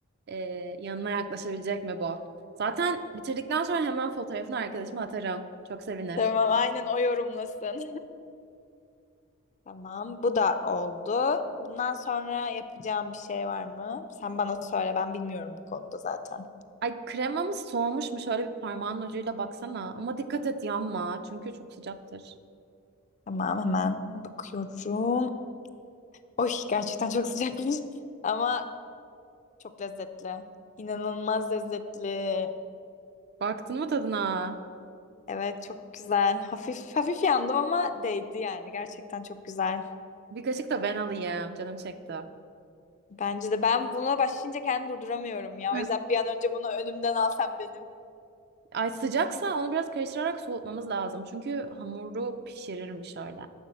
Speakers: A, on the right (about 50°); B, on the left (about 35°).
A: e, yanına yaklaşabilecek mi bu? Zaten bitirdikten sonra hemen fotoğrafını arkadaşıma atarım. Çok sevinir.
B: Tamam aynen o yorumlasın. Tamam, bu da oldu. Bundan sonra yapacağım bir şey var mı? Sen bana söyle, ben bilmiyorum bu konuda zaten.
A: Ay kremamız soğumuş mu? Şöyle bir parmağın ucuyla baksana. Ama dikkat et yanma. Çünkü çok sıcaktır.
B: Tamam, hemen bakıyorum. Oy, gerçekten çok sıcakmış <laughs> ama çok lezzetli. İnanılmaz lezzetli.
A: Baktın mı tadına?
B: Evet, çok güzel. Hafif hafif yandım ama değdi yani. Gerçekten çok güzel.
A: Bir kaşık da ben alayım. Canım çekti.
B: Bence de ben buna başlayınca kendimi durduramıyorum ya.
A: Heh.
B: O yüzden bir an önce bunu önümden alsam benim.
A: Ay sıcaksa onu biraz karıştırarak soğutmamız lazım. Çünkü hamuru pişirirmiş öyle.